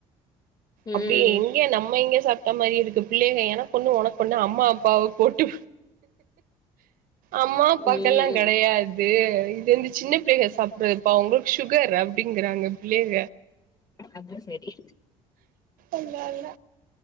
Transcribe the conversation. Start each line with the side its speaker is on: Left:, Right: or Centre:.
Left: ம்
Right: அப்டியே எங்ய நம்ம எங்க சாப்ட மாரி இருக்கு பிள்ளைக எனக்கொன்னு ஒனக்கொன்னு அம்மா அப்பாவ போட்டு அம்மா அப்பாக்கல்லா
Left: ம்
Right: கெடையா து இது வந்து சின்ன பிள்ளைக சாப்புட்றதுப்பா ஒங்ளுக்கு சுகர் அப்டிங்குறாங்க பிள்ளைக
Left: அது சேரி <inaudible>
Right: இல்லேல்ல